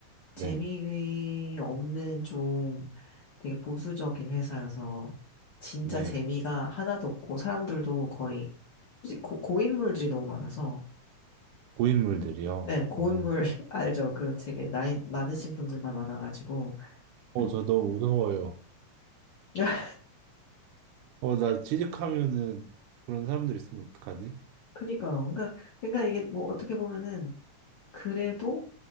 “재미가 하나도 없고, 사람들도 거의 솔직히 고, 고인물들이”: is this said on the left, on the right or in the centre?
Left